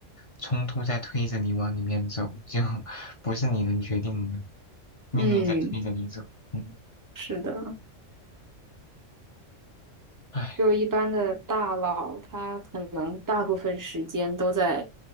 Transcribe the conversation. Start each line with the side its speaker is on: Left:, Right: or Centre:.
Left: 冲突在推着你往里面走，就 <laughs> 不是你能决定的，命运在推着你走。
Right: <laughs> 嗯，
Left: 嗯，
Right: 是的。
Left: 唉。
Right: 就一般的大佬，他可能大部分时间都在